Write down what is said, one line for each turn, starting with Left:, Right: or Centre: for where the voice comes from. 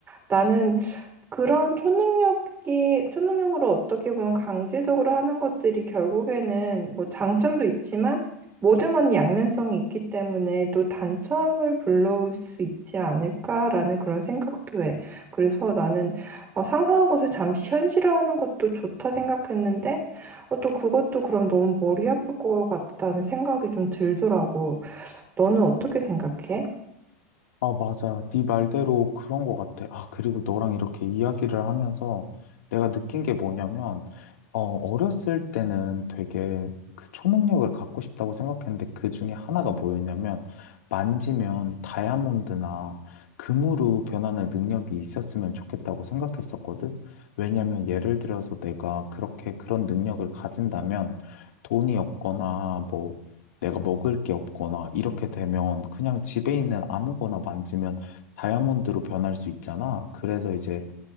Right: 나는 그런 초능력이, 초능력으로 어떻게 보면 강제적으로 하는 것들이 결국에는 뭐 장점도 있지만 모든 건 양면성이 있기 때문에 또 단점을 불러올 수 있지 않을까라는 그런 생각도 해. 그래서 나는 어, 상상한 것을 잠시 현실화하는 것도 좋다 생각했는데 어, 또 그것도 그럼 너무 머리 아플 것 같다는 생각이 좀 들더라고. 너는 어떻게 생각해?
Left: 아, 맞아. 네 말대로 그런 것 같아. 아, 그리고 너랑 이렇게 이야기를 하면서 내가 느낀 게 뭐냐면, 어, 어렸을 때는 되게 그 초능력을 갖고 싶다고 생각했는데 그 중에 하나가 뭐였냐면, 만지면 다이아몬드나 금으로 변하는 능력이 있었으면 좋겠다고 생각했었거든. 왜냐면 예를 들어서 내가 그렇게 그런 능력을 가진다면 돈이 없거나 뭐 내가 먹을 게 없거나 이렇게 되면 그냥 집에 있는 아무거나 만지면 다이아몬드로 변할 수 있잖아. 그래서 이제